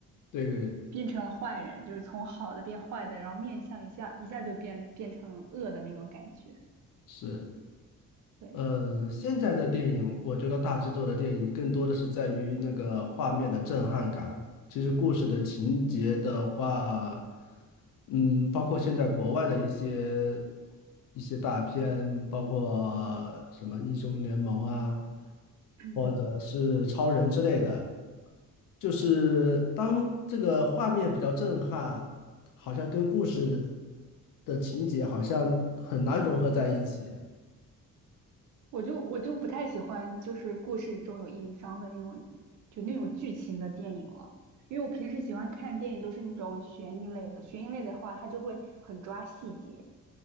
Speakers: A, on the left (about 75°); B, on the right (about 65°).
A: 对，
B: 变成了坏人，就是从好的变坏的，然后面相一下一下就变变成恶的那种感觉，
A: 是，
B: 对。
A: 嗯，现在的电影，我觉得大制作的电影更多的是在于那个画面的震撼感。其实故事的情节的话，嗯，包括现在国外的一些一些大片，包括什么英雄联盟啊，
B: <clears throat> 嗯。
A: 或者是超人之类的，就是当这个画面比较震撼，好像跟故事的情节好像很难融合在一起。
B: 我就我就不太喜欢，就是故事中有硬伤的那种，就那种剧情的电影了。因为我平时喜欢看电影都是那种悬疑类的，悬疑类的话，它就会很抓细节。